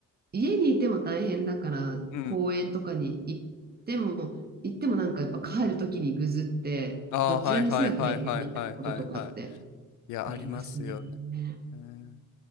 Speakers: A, on the right (about 30°); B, on the left (about 80°).
A: 家にいても大変だから、
B: うん
A: 公園とかに行っても、行ってもなんかやっぱ帰る時にぐずって、
B: ああーはいはいはいはいはいはいはい
A: どちらにせよ大変みたいなこととかって
B: いやありますよね、
A: ありますね。
B: うん